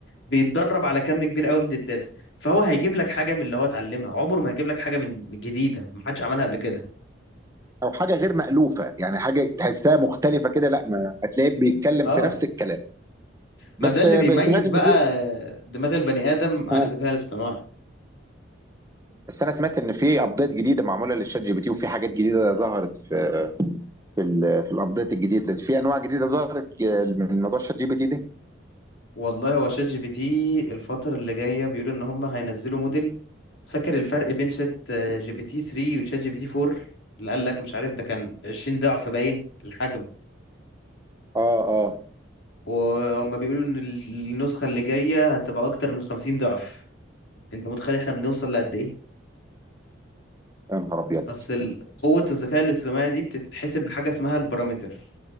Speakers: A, on the left; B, on the right.
A: بيتدرب على كم كبير قوي من الداتا فهو هيجيب لك حاجه من اللي هو اتعلمها عمره ما هيجيب لك حاجه من جديده ما حدش عملها قبل كده
B: او حاجه غير مالوفه يعني حاجه تحسها مختلفه كده لا ما هتلاقيه بيتكلم
A: اه
B: في نفس الكلام بس
A: ما ده اللي
B: ب-
A: بيميز
B: سمعت ان
A: بقى
B: في
A: دماغ البني ادم عن
B: اه
A: الذكاء الاصطناعي
B: بس انا سمعت ان في ابديت جديده معموله للشات جي بي تي وفي حاجات جديده ظهرت في في ال... في الابديت الجديده دي. في انواع جديده ظهرت من موضوع الشات جي بي تي ده
A: والله هو شات جي بي تي الفتره اللي جايه بيقولوا ان هم هينزلوا موديل فاكر الفرق بين شات جي بي تي 3 وشات جي بي تي 4 اللي قال لك مش عارف ده كان 20 ضعف باين الحجم
B: اه اه
A: وهم بيقولوا ان ال- النسخة اللي جاية هتبقى اكتر من 50 ضعف انت متخيل احنا بنوصل لقد ايه
B: يا نهار ابيض
A: اصل ال- قوة الذكاء الاصطناعي دي بتتحسب بحاجة اسمها البارامتر